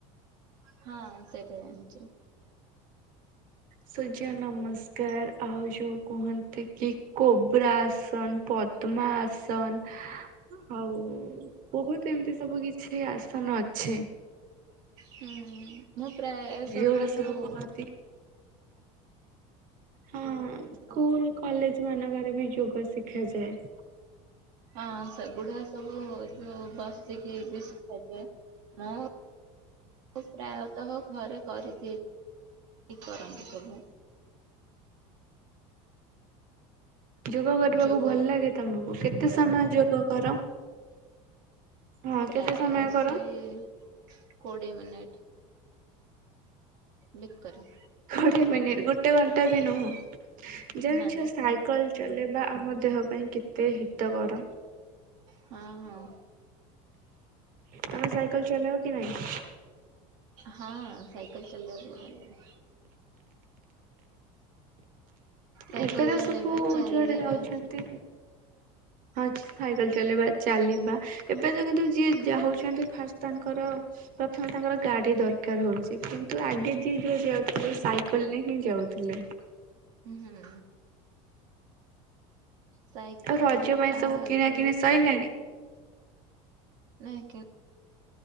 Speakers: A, on the right; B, on the right.
A: ହଁ ସେଇଟା ଜାଣିଛି।
B: ସୂର୍ଯ୍ୟ ନମସ୍କାର ଆଉ ଯୋଉ କୁହନ୍ତି କି, କୋବ୍ରା ଆସନ ପଦ୍ମା ଆସନ ଆଉ ବହୁତ ଏମିତି ସବୁ କିଛି ଆସନ ଅଛି।
A: ହୁଁ, ମୁଁ ପ୍ରାୟ ଏ ସବୁ
B: ଯୋଉଗୁଡା
A: ଯୋଉ
B: କହନ୍ତି ହୁଁ, ସ୍କୁଲ କଲେଜ ମାନଙ୍କରେ ବି ଯୋଗ ଶିଖାଯାଏ।
A: ହଁ ସେଗୁଡା ସବୁ ଯୋଉ ବସିକି ବି ଶିଖାଯାଏ, ମୁଁ ମୁଁ ପ୍ରାୟତଃ ଘରେ କରିଦିଏ <unintelligible> କରନ୍ତି ସବୁ।
B: ଯୋଗ କରିବାକୁ
A: ଯୋଗ
B: ଭଲ ଲାଗେ ତମକୁ କେତେ
A: ଗୁଡାକ
B: ସମୟ ଯୋଗ କର? ହଁ
A: ପ୍ରାୟ
B: କେତେ ସମୟ
A: ସେଇ
B: କର?
A: କୋଡ଼ିଏ ମିନିଟ୍। ଭିତରେ
B: କୋଡିଏ ମିନିଟ ଗୋଟେ ଘଣ୍ଟା ବି ନୁହଁ, ଜାଣିଛ
A: ନା
B: ସାଇକଲ ଚଲେଇବା ଆମ ଦେହ ପାଇଁ କେତେ ହିତକର।
A: ହଁ, ହଁ।
B: ତମେ ସାଇକେଲ ଚଲାଅ କି ନାଇଁ?
A: ହଁ ସାଇକଲ୍ ଚଲେଇବାକୁ ବଢିଆ ଲାଗେ। ସାଇକଲ୍
B: ଏବେ ତ
A: ଚଲେଇବା,
B: ସବୁ
A: ଚାଲିବା
B: ଯୁଆଡେ ଯାଉଛନ୍ତି ହଁ ସାଇକଲ୍ ଚଲେଇବା, ଚାଲିବା ଏବେ <unintelligible> କିନ୍ତୁ ଯିଏ ଯାଉଛନ୍ତି ଫାଷ୍ଟ ତାଙ୍କର ପ୍ରଥମେ ତାଙ୍କର ଗାଡି ଦରକାର ହଉଛି, କିନ୍ତୁ ଆଗେ ଯିଏ ଯୁଆଡେ ଯାଉଥିଲେ ସାଇକେଲରେ ହିଁ ଯାଉଥିଲେ।
A: ଉହୁଁ। ସାଇକେଲ
B: ଆଉ ରଜ ପାଇଁ
A: ଆ
B: ସବୁ
A: ଆଗରୁ
B: କିଣା କିିଣି ସଇଲାଣି?
A: ନାଇଁ କି